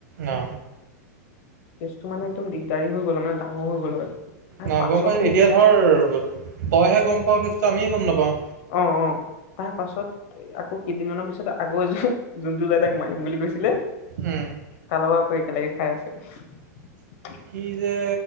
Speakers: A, on the right; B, on the left.
A: অ।
B: ত মানে একদম দিগদাৰী হৈ গল ডাঙৰ হৈ গ'ল হয়। তাৰ
A: ন
B: পাছতো
A: গম পাই, এতিয়া ধৰ তইহে গম পাও কেছটো, আমিয়ে গম নাপাওঁ।
B: অ অ তাৰ পাছত, আকৌ কেইদিনমানৰ পিছত আগৌ এ যোনটো ল'ৰাই তাক মাৰিম বুলি কৈছিলে,
A: উম
B: তাৰ লগত আকৌ একেলগে খাই আছে।
A: কি যে